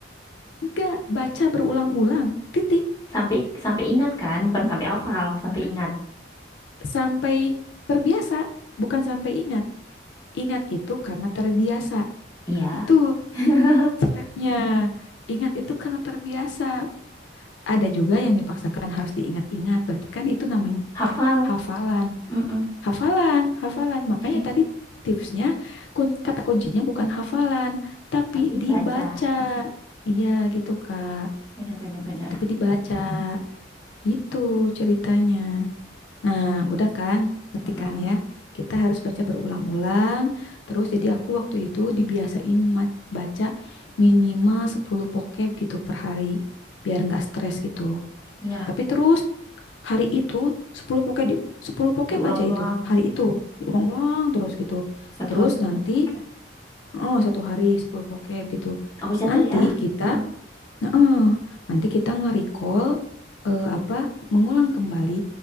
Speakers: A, on the left (about 70°); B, on the left (about 20°).
A: enggak baca berulang-ulang, titik
B: Sampai sampai ingat kan, bukan sampai hafal, sampai ingat.
A: sampai terbiasa, bukan sampai ingat. Ingat itu karena terbiasa,
B: Iya,
A: itu
B: <laughs>
A: stepnya. Ingat itu karena terbiasa, ada juga yang dipaksakan harus diingat-ingat. Berarti kan itu namanya
B: hafal.
A: hafalan.
B: Mm-mm.
A: Hafalan, hafalan. Makanya
B: <laughs>
A: tadi tipsnya kun- kata kuncinya bukan hafalan, tapi
B: Tapi
A: dibaca.
B: baca.
A: Iya gitu, Kak.
B: Benar-benar benar.
A: Tapi dibaca. Gitu ceritanya. Nah, udah kan? Ngerti
B: benar, benar.
A: kan
B: Mm-mm.
A: ya? Kita harus baca berulang-ulang. Terus jadi aku waktu itu dibiasain ma- baca minimal 10 pokeb gitu per hari. Biar nggak stres gitu.
B: Iya,
A: Tapi terus hari itu 10 pokep di 10 pokep
B: diulang-ulang.
A: aja itu hari itu diulang-ulang terus gitu.
B: Satu
A: Terus
B: hari sepuluh
A: nanti
B: vocab.
A: oh, satu hari 10 pokep gitu.
B: Aku catat
A: Nanti
B: ya.
A: kita
B: Nah,
A: Heeh. Nanti kita nge-recall eh, apa mengulang kembali